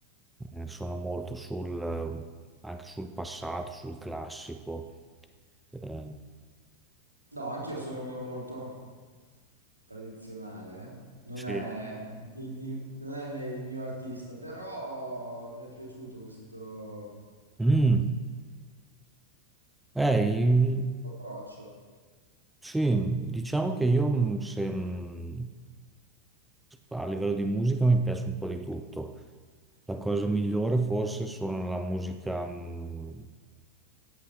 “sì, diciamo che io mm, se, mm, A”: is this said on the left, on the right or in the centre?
Centre